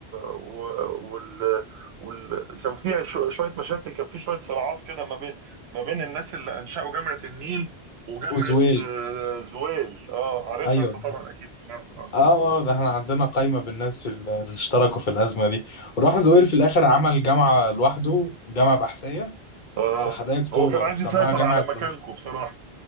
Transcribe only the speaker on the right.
و... وال... وال... كان في يعني شو- شويه مشاكل كان في شويه صراعات كده ما بين ما بين الناس اللي انشأوا جامعه النيل وجامعه
آه، زويل اه عارفها
انت طبعا اكيد سمعت عن القصه
دي
اه
هو كان عايز
يسيطر
على مكانكم
بصراحه